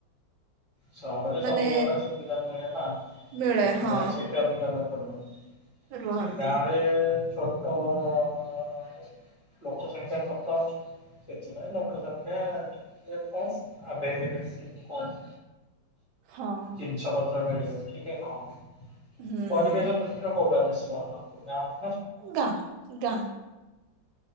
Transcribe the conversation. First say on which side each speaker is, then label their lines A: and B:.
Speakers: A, on the left (about 20°); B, on the right (about 85°).
A: ସହରରେ ସବୁ
B: ମାନେ
A: ପ୍ରକାର ସୁବିଧା ମିଳେ ନାଁ
B: ମିଳେ
A: ସେଥିପାଇଁ
B: ହଁ
A: ସେଠି ଅଧିକା ଲୋକ ରୁହନ୍ତି।
B: ରୁହନ୍ତି
A: ଗାଁରେ ଛୋଟ ଅ ଲୋକ ସଂଖ୍ୟା ସତ ସେଥିପାଇଁ ଲୋକ ସଂଖ୍ୟା ଟିକିଏ କମ୍ ଆଭେଲେବଟି କମ୍।
B: ହଁ
A: ଜିନିଷ ପତ୍ର ମିଳିିବ ଟିକେ କମ୍
B: ହୁଁ
A: ପରିବେଶ ଦୃଷ୍ଟିରୁ କୋଉୁ ଏକାଦଶୀ ଅନ୍ନ କୁ ନାହାନ୍ତି।
B: ଗାଁ ଗାଁ